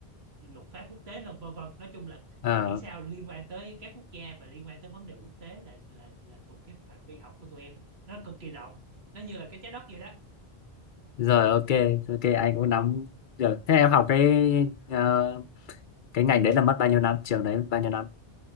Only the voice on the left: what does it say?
Ờ,
rồi ok, ok anh cũng nắm được. Thế em học cái ờ, cái ngành đấy là mất bao nhiêu năm trường đấy mất bao nhiêu năm